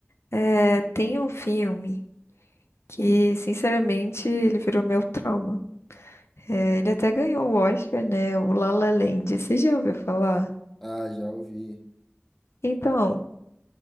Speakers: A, on the left; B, in the centre.
A: É, tem um filme que, sinceramente, ele virou meu trauma. É, ele até ganhou o Oscar, né? O La La Land. Você já ouviu falar?
B: Ah, já ouvi.
A: Então,